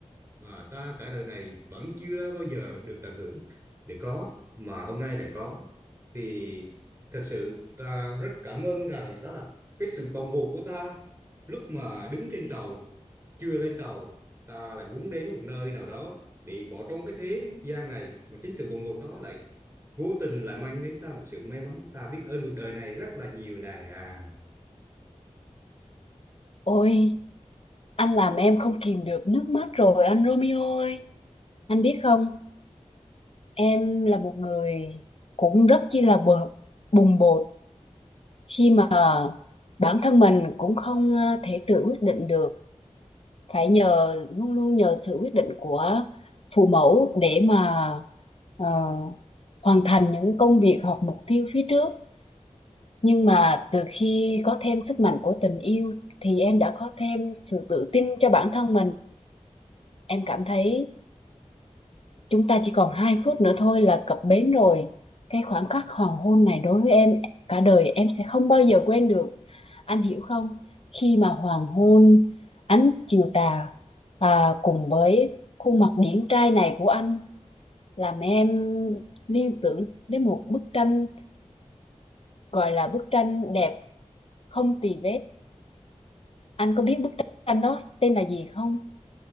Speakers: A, on the right; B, on the left.
A: mà ta cả đời này vẫn chưa bao giờ được tận hưởng để có mà hôm nay lại có thì thật sự ta rất cảm ơn rằng đó là cái sự bồng bột của ta lúc mà đứng trên tàu chưa lên tàu ta lại muốn đến một nơi nào đó để bỏ trốn cái thế gian này mà chính sự bồng bột đó lại vô tình lại mang đến ta một sự may mắn ta biết ơn cuộc đời này rất là nhiều nàng à
B: ôi anh làm em không kìm được nước mắt rồi anh Romeo ơi Anh biết không, em là một người cũng rất chi là bồn, bùng bột khi mà bản thân mình cũng không ờ, thể tự quyết định được, phải nhờ luôn luôn nhờ sự quyết định của phụ mẫu để mà ờ, hoàn thành những công việc hoặc mục tiêu phía trước. Nhưng mà từ khi có thêm sức mạnh của tình yêu thì em đã có thêm sự tự tin cho bản thân mình. Em cảm thấy Chúng ta chỉ còn 2 phút nữa thôi là cập bến rồi. Cái khoảnh khắc hoàng hôn này đối với em, cả đời em sẽ không bao giờ quên được. Anh hiểu không? Khi mà hoàng hôn ánh chiều tà à, cùng với khuôn mặt điển trai này của anh làm em liên tưởng đến một bức tranh gọi là bức tranh đẹp không tì vết. Anh có biết bức tranh đó tên là gì không?